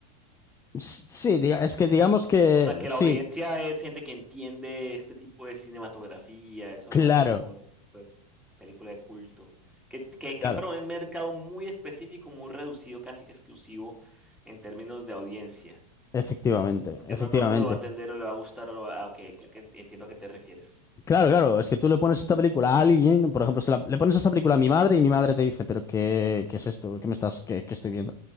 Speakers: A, on the left; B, in the centre.
A: S- Sí, diga- es que digamos que
B: O sea, que
A: sí,
B: la audiencia es gente que entiende este tipo de cinematografía, eso
A: claro,
B: me refiero con lo de película de culto, que, que,
A: claro,
B: que es para un mercado muy específico, muy reducido, casi que exclusivo en términos de audiencia.
A: efectivamente,
B: Porque
A: efectivamente.
B: No todo el mundo lo va a entender o le va a gustar, o lo va a- que, que- que entiendo a qué te refieres.
A: Claro, claro, es que tú le pones esta película a alguien, por ejemplo, se la- le pones esta película a mi madre y mi madre te dice, pero ¿qué, qué es esto? ¿Qué me estás, qué, qué estoy viendo?